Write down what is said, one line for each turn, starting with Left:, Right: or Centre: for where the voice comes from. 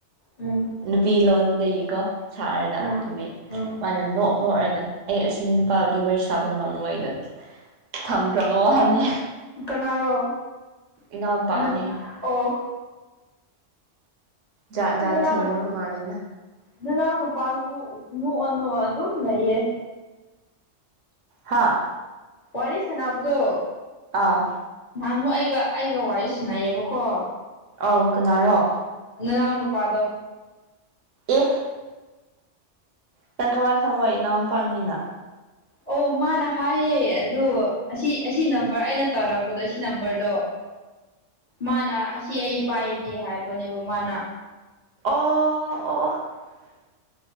Left: ꯎꯝ
Right: ꯅꯨꯄꯤ ꯂꯣꯟꯗꯒꯤꯀꯣ ꯁꯥꯍꯔꯗ
Left: ꯎꯝ ꯎꯝ
Right: ꯃꯥꯅ ꯂꯣꯏꯔꯒ ꯑꯩ ꯑꯁꯤ ꯅꯨꯄꯥꯕꯨꯗꯤ ꯋꯥꯔꯤ ꯁꯥꯕ ꯉꯝꯔꯣꯏꯅ ꯊꯝꯈ꯭ꯔꯕ ꯋꯥꯍꯅꯤ
Left: ꯀꯅꯥꯔꯣ
Right: ꯏꯅꯥꯎꯄꯥꯅꯦ
Left: ꯅꯟ ꯑꯣ
Right: ꯖꯥ ꯖꯥꯠ
Left: ꯅꯅꯥꯎ
Right: ꯊꯦꯡꯅꯕꯅꯕ ꯃꯥꯅꯤꯅ
Left: ꯅꯅꯥꯎ ꯅꯨꯄꯥꯁꯨ ꯅꯣꯛꯑ ꯅꯣꯛꯑ ꯑꯗꯨꯝ ꯂꯩꯌꯦ
Right: ꯍꯥꯥ
Left: ꯋꯥꯔꯤ ꯁꯅꯕꯗꯣ
Right: ꯑꯥ
Left: ꯑꯃꯨꯛ ꯑꯩꯒ ꯑꯩꯒ ꯋꯥꯔꯤ ꯁꯥꯟꯅꯩꯌꯦꯕꯀꯣ
Right: ꯑ ꯀꯅꯥꯔꯣ
Left: ꯅꯅꯥꯎ ꯅꯨꯨꯄꯥꯥꯗꯣ
Right: ꯑꯦ ꯅꯪ ꯀꯃꯥꯏꯅ ꯈꯪꯕꯏ ꯏꯅꯥꯎꯅꯄꯥꯥꯅꯤꯅ
Left: ꯑꯣ ꯃꯥꯅ ꯍꯥꯏꯌꯦ ꯑꯗ ꯑꯁꯤ ꯑꯁꯤ ꯅꯝꯕꯔ ꯑꯩꯅ ꯇꯧꯔꯛꯄꯗꯣ ꯁꯤ ꯅꯝꯕꯔꯗꯣ ꯃꯥꯅ ꯑꯁꯤ ꯑꯩ ꯄꯥꯏꯗꯦ ꯍꯥꯏꯕꯅꯦꯕ ꯃꯥꯅ
Right: ꯑꯣ ꯑ